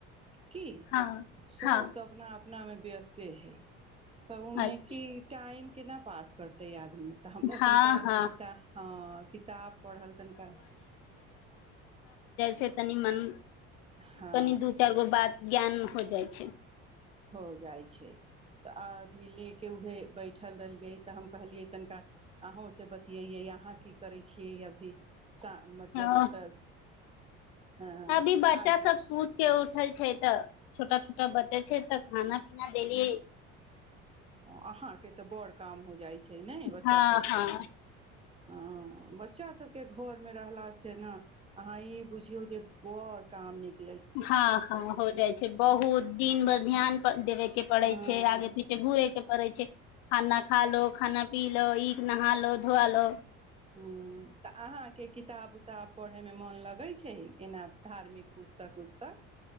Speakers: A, on the right; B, on the left.
A: की
B: हँ
A: सब
B: हँ
A: तऽ अपना आप अपनामे व्यस्ते हय तऽ ओमे
B: अच्छा
A: की टाइम केना पास करतेै आद तऽ हमरा
B: हँ
A: तनिका
B: हँ
A: किताब हँ किताब पढ़ल तनिका
B: से तनी मन
A: हँ
B: कनि दू चारि गो बात ज्ञान हो जाइ छै
A: हो जाइ छै तऽ अ अभी लऽ कऽ उएह बैठल रहलियै तऽ हम कहलियै तनिका अहूँसँ बतियैयै अहाँ की करै छियै अभी च मतलब
B: ओ
A: ओतऽ खाना
B: अभी बच्चा सब सु के उठल छै तऽ छोटा छोटा बच्चा छै तऽ खाना पीना देलियै
A: अहाँ के तऽ बड़ काम हो जाइ छै छै नहि बच्चा
B: हँ
A: सभसँ
B: हँ
A: हँ बच्चा सभके घरमे रहलास से ने अहाँ ई बुझियौ जे बर काम नीक
B: हँ हँ हो जाइ छै बहुत दिन भर ध्यान कथि दि के पड़े
A: हँ
B: छै आगे पीछे घूुरे के पड़े छै खाना ख लो खाना पीलो ईख नह लो धुआलो
A: ह तऽ अहाँके किताब उताब पढ़यमे मोन लगै छै एना धार्मिक पुस्तक उुस्तक